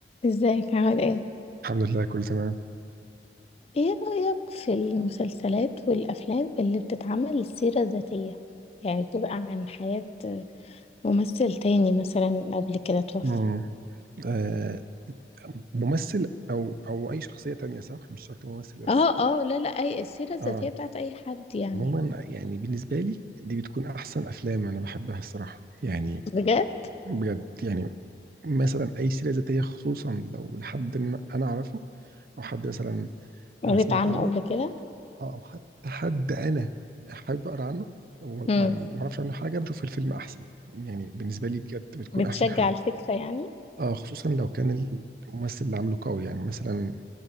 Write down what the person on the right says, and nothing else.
الحمد لله كله تمام
مم. آه ممثل او او اي شخصيه تانية صح مش شرط ممثل بس
اه
عموما يعني بالنسبه لي دي بتكون احسن افلام انا بحبها الصراحه يعني
بجد يعني مثلا اي سيره ذاتيه خصوصا لو لحد إن انا اعرفه او حد مثلا
انا سمعت
عنه
آه، او حتى حد انا حابب اقرا عنه وما
ما اعرفش عنه حاجه بشوف الفيلم احسن يعني بالنسبه لي بجد بتكون
احسن حاجه
آه خصوصا لو كان الممثل اللي عامله قوي يعني مثلا